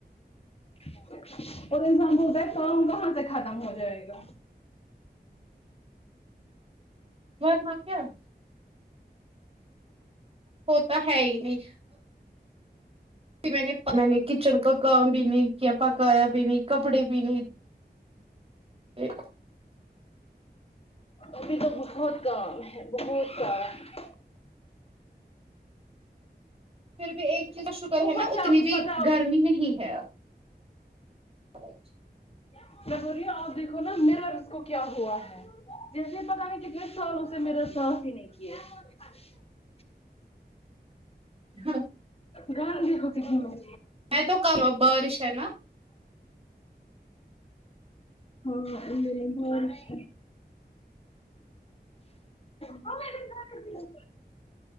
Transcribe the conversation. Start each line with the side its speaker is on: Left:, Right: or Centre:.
Left: اور انسان بولتا ہے کام کہاں سے ختم ہو جائے گا
Right: <unintelligible> وہ تو ہے ہی نہیں کی میں نے میں نے کچن کا کام بھی نہیں کیا پکایا بھی نہیں کپڑے بھی نہیں کے
Left: ابھی تو بہت کام ہے بہت کام ہے
Right: پھر بھی ایک چیز کا شکر
Left: اوپر
Right: ہے نا
Left: سے
Right: اتنی
Left: آپ کو
Right: بھی
Left: پتا
Right: گرمی نہیں ہے اب <unintelligible>
Left: کیا بول رہی ہو آپ دیکھو نا <unintelligible> کو کیا ہوا ہے جیسے پتا نہیں کتنے سالو سے مرر صاف ہی نہیں کیا <unintelligible>
Right: ہاں
Left: گان دی کوتی ک م <unintelligible>
Right: میں تو کرو بارش ہے نہ
Left: ہاں ا بہ <unintelligible> ہمار